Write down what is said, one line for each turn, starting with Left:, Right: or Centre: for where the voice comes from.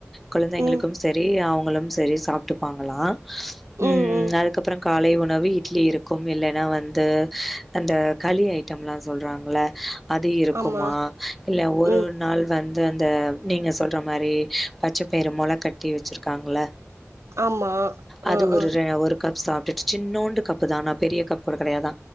Centre: குழந்தைங்களுக்கும்
Right: ம்
Centre: சரி அவுங்களும் சரி சாப்ட்டுப்பாங்களாம்
Right: ம்
Centre: உம்
Right: ம்
Centre: அதுக்கப்புறம் காலை உணவு இட்லி இருக்கு இல்லைன்னா வந்து அந்த களி ஐட்டம்லா சொல்றாங்கள அது இருக்குமா
Right: ஆமா
Centre: இல்ல ஒரு
Right: ம்
Centre: ஒன் நாள் வந்து அந்த நீங்க சொல்ற மாதிரி பச்சைப்பயரு மொளக்கட் டி வச்சிருக்காங்கள
Right: ஆமா
Centre: அது
Right: ஆ
Centre: ஒரு
Right: ஆ
Centre: ரெ ஒரு கப் சாப் டுட் சின்னோடுகப்புதா ஆனா பெரிய கப்கூட கெடையாதா